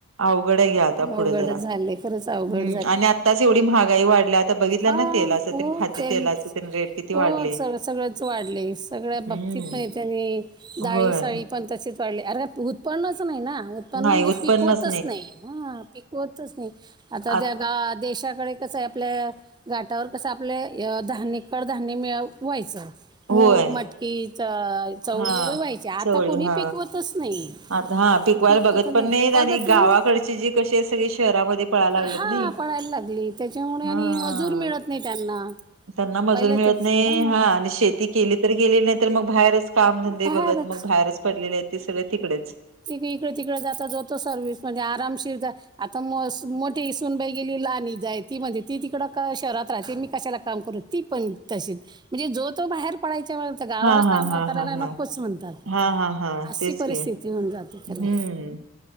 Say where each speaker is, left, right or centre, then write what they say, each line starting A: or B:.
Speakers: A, on the right (about 85°); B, on the right (about 20°).
A: अवघड हाय घ्या आता पुढं
B: अवघडच
A: ज
B: झाले खरंच अवघड
A: हम्म
B: झाले
A: आणि आत्ताच एवढी महागाई वाढल्या आता बघितला
B: हा
A: ना तेलाच
B: हो
A: तेन खाद्य
B: तेच
A: तेलाचं तेन रेट किती
B: हो.
A: वाढले.
B: सग सगळंच वाढलंय सगळ्या
A: हम्म
B: बाबतीत पण त्यांनी डाळी
A: होय
B: साळी पण तसेच वाढले अरे उत्पन्नच नाही ना उत्पन्न
A: नाही
B: म्हणजे
A: उत्पन्नच
B: पिकवतच नाही हा पिक होतच नाही. आता
A: आत
B: त्या ग देशाकडे कस आहे? आपल्या गाठावर कसं आपले धान्य, कडधान्य मिळ व्हायचं. मूग,
A: होय
B: मटकी च चवळी
A: हा.
B: वगैरे व्हायची. आता
A: चवळी
B: कोणी
A: हा
B: पिकवतच नाही.
A: आता हा. पिकवायला
B: पिकवत
A: बघत पण
B: नाही
A: नाहीेत
B: बघत
A: आणि गावाकडची
B: ना
A: जी कशी हाय सगळे शहरामध्ये पळायला लागलेत
B: हा
A: ने.
B: पडायला लागली त्याच्यामुळे
A: हा.
B: आणि मजूर मिळत नाही त्यांना
A: त्यांना मजूरी
B: पहिल्या
A: मिळत
B: तेच
A: नाही
B: मग
A: हा आणि शेती केली, तर केली नाही तर मग बाहेरच काम धंदे
B: बाहेरच
A: बघत मग बाहेरच पडलेले आहे ते सगळ तिकडच.
B: त इकडे तिकडे जाता जाता सर्व्हिस म्हणजे आरामशीर जा आता म स मोठी सुनबाई गेली, लाहणी जाय ती म्हणजे ती तिकडं क शहरात राहते मी कशाला काम करू? ती पण तशीच म्हणजे जो तो बाहेर पडायच्या तर गावाला
A: हा हा
B: काम
A: हा
B: करायला
A: हा हा
B: नकोच म्हणतात.
A: हा हा हा
B: अशी
A: तेच
B: परिस्थिती
A: की
B: होऊन जाते खरी.
A: हम्म